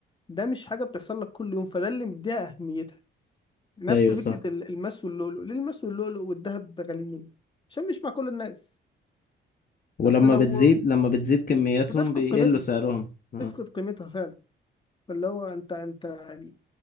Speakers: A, on the left (about 25°); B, on the left (about 45°).
A: ده مش حاجة بتحصل لك كل يوم فده اللي مديها أهميتها نفس
B: ايوه
A: فكرة
B: صح
A: ال- الماس واللؤلؤ ليه الماس واللؤلؤ والذهب غاليين عشان مش مع كل الناس
B: ولما
A: أصل لو
B: بتزيد لما بتزيد كمياتهم
A: بتفقد
B: بيقلوا
A: قيمتها
B: سعرهم اه
A: تفقد قيمتها فعلا فاللي هو أنت أنت يعني